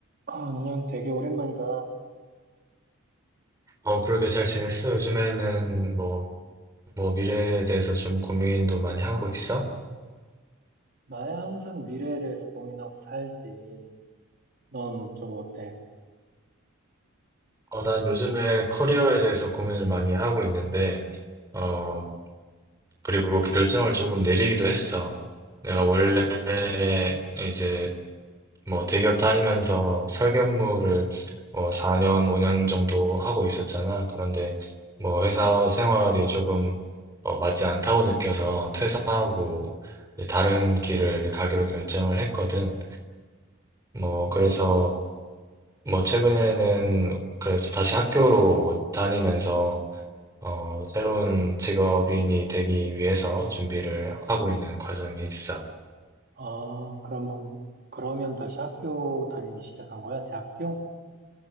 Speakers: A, on the right (about 45°); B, on the right (about 15°).
A: 아, 안녕, 되게 오랜만이다.
B: 어, 그러게 잘 지냈어? 요즘에는 뭐, 뭐 미래에 대해서 좀 고민도 많이 하고 있어?
A: 나야 항상 미래에 대해서 고민하고 살지. 넌 좀 어때?
B: 어, 난 요즘에 커리어에 대해서 고민을 많이 하고 있는데, 어, 그리고 결정을 조금 내리기도 했어. 내가 원래
A: 어,
B: 이제 뭐 대기업 다니면서 설계업무를 뭐 4년, 5년 정도 하고 있었잖아. 그런데 뭐 회사 생활이 조금 어, 맞지 않다고 느껴서 퇴사하고 이제 다른 길을 가기로 결정을 했거든. 뭐
A: 어,
B: 그래서 뭐 최근에는 그래서 다시 학교로 다니면서 어, 새로운 직업인이 되기 위해서 준비를 하고 있는 과정이 있어.
A: 아, 그러면, 그러면 다시 학교 다니기 시작한 거야? 대학교?